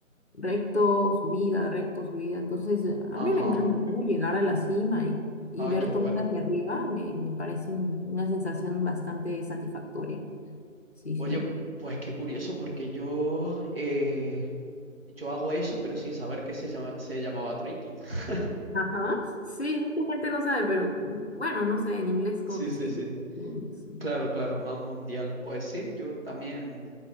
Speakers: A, on the left; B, on the right.
A: recto, subida, recto, subida. Entonces, eh, a mí
B: Ajá.
A: me encanta, ¿no? Llegar a la cima y, y
B: Ay,
A: ver
B: qué bueno.
A: todas las de arriba, me, me parece un- una sensación bastante satisfactoria. Sí,
B: Oye,
A: sí.
B: pues qué curioso, porque yo, eh, yo hago eso, pero sin saber que se llama, se llamaba trekking. <laughs>
A: Ajá. Sí, mucha gente no sabe, pero mm, bueno, no sé, en inglés
B: Sí,
A: como que
B: sí,
A: se dice.
B: sí.
A: eso.
B: Claro, claro, más mundial. Pues sí, yo también,